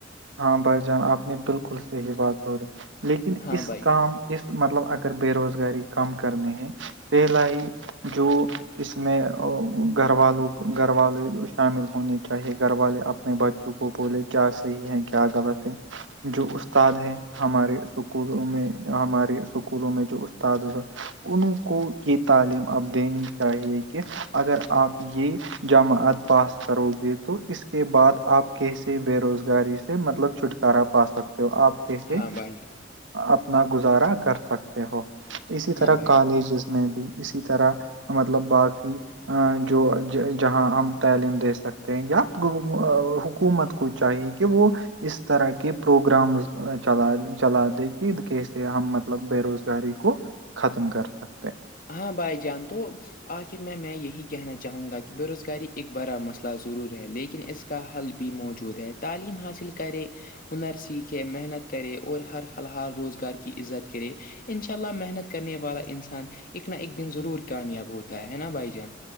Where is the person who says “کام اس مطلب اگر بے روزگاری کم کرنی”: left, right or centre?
Right